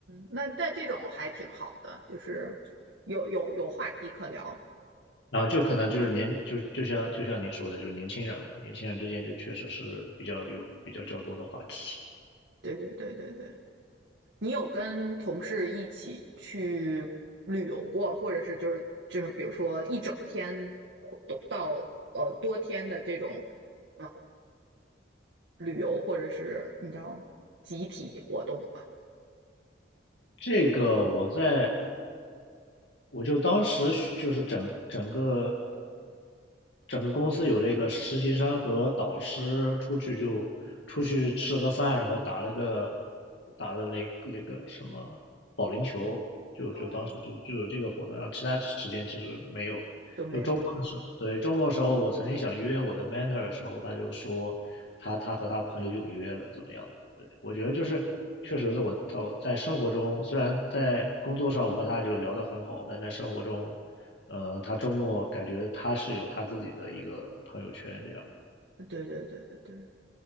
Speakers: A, on the right (about 70°); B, on the left (about 65°).
A: 那但这种还挺好的，就是有有有话题可聊，
B: 然后就可能就是年就就像就像你说的，就是年轻人嘛，年轻人之间就确实是比较有比较较多的话题。
A: 对对对对对。你有跟同事一起去旅游过，或者是就是就是比如说一整天或到呃多天的这种呃旅游，或者是你知道集体活动吧？
B: 这个我在我就当时学就是整整个整个公司有那个实习生和导师出去就出去吃了个饭，然后打了个打的那那个什么保龄球，就就当时就就有这个活动，
A: 嗯，
B: 然后其他时间其实没有。
A: 就没有。
B: 就周末的时候，对，周末的时候，我曾经想约我的 mentor 的时候，他就说他他和他朋友有约了，怎么样？对，我觉得就是确实是我他在生活中，虽然在工作上我和他就聊得很好，但在生活中呃，他周末感觉他是有他自己的一个朋友圈这样的。
A: 对对对对对。